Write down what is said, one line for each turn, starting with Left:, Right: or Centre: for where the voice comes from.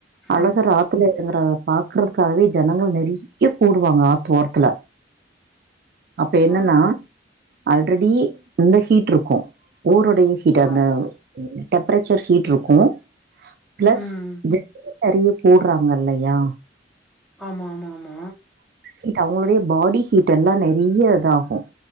Right: அழகர்
Centre: ம்.
Right: ஆத்துல ங்கிறத பாக்கறதுக்காகவே ஜனங்க நெறயா கூடுவாங்க ஆத்து ஓரத்துல அப்ப என்னன்னா
Centre: ஆ.
Right: ஆல்ரெடி இந்த ஹீட் இருக்கு ஊருடைய ஹீட் அந்த
Centre: ஆ.
Right: டெம்பரேச்சர் ஹீட் இருக்கு பிளஸ்
Centre: ம்.
Right: ஜ நெறயா போடுறாங்கில்லயா
Centre: ஆமாமாமா
Right: ஹீட் அவுங்களுடைய பாடி ஹீட் எல்லா நெறயா இதாகு